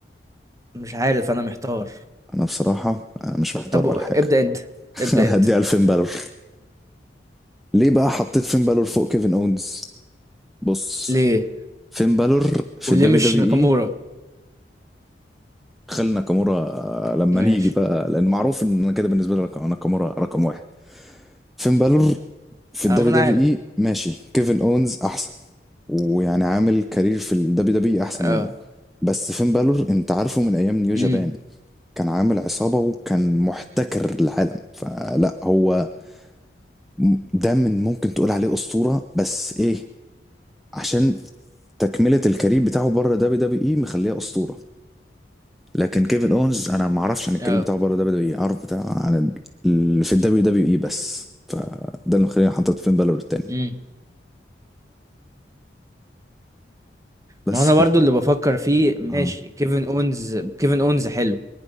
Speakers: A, on the right; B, in the centre.
A: مش عارف انا محتار
B: انا بصراحة انا مش محتار
A: طب
B: ولا
A: ابدا
B: حاجة
A: انت
B: <laughs>
A: ابدا
B: انا
A: انت
B: هديها لفين بالور ليه بقى حطيت فين بالور فوق كيفن اونز؟ بص
A: ليه
B: فين بالور في
A: وليه
B: الدبليو
A: مش
B: دبليو
A: ناكامورا
B: اي خلي ناكامورا لما
A: ماشي
B: نيجي بقى لان معروف ان أنا كده بالنسبة لي ناكامورا رقم واحد فين بالور في الدبليو
A: اه ما انا
B: دبليو
A: عارف
B: اي ماشي كيفن اونز احسن ويعني عامل كارير في الدبليو دبليو اي احسن
A: اه
B: منه بس فين بالور انت عارفه من ايام نيو جابان
A: امم
B: كان عامل عصابة وكان محتكر العالم فلا هو م- ده من ممكن تقول عليه أسطورة بس ايه عشان تكملة الكارير بتاعه بره دبليو دبليو اي مخليه أسطورة لكن كيفن اونز انا ما اعرفش عن الكارير
A: اه
B: بتاعه بره دبليو دبليو اي اعرف بتاع عن ال- اللي في الدبليو دبليو اي بس فده اللي مخليني حاطط فين بالور التاني
A: امم
B: بس
A: ما انا برضو
B: كده
A: اللي بفكر فيه ماشي
B: اه
A: كيفن اونز كيفن اونز حلو